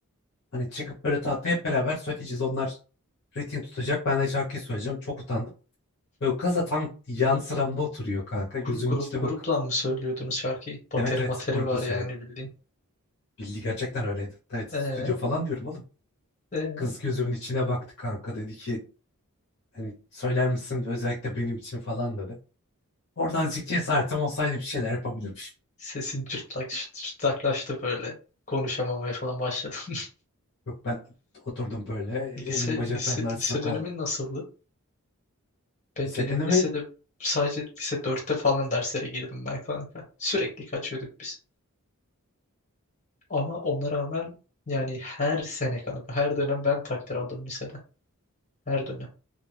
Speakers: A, on the left; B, on the left.
A: Hani çıkıp böyle tahtaya hep beraber söyleyeceğiz. Onlar ritim tutacak. Ben de şarkıyı söyleyeceğim. Çok utandım. Böyle kız da tam yan sıramda oturuyor kanka.
B: Grup,
A: Gözümün
B: grup,
A: içine
B: grupla
A: bakıp.
B: mı söylüyordunuz şarkıyı? Bateri
A: Evet evet
B: materi
A: grupa
B: var
A: söyledim.
B: yani bildiğin.
A: Bildi gerçekten öyleydi. Evet stüdyo
B: Ee,
A: falan diyorum oğlum.
B: evet.
A: Kız gözümün içine baktı kanka. Dedi ki hani söyler misin özellikle benim için falan dedi. Oradan azıcık cesaretim olsaydı bir şeyler yapabilirmişim.
B: Sesin cırtlak, cırtlaklaştı böyle. Konuşamamaya falan başladım. <laughs>
A: Yok ben oturdum böyle.
B: Lise,
A: Elim bacaklarımın
B: lise,
A: arasında
B: lise
A: kaldı.
B: dönemin nasıldı? Be-
A: Lisedene
B: benim lisede
A: mi?
B: sadece lise dörtte falan derslere girdim ben kanka. Sürekli kaçıyorduk biz. Ama ona rağmen yani her sene kanka, her dönem ben takdir aldım lisede. Her dönem.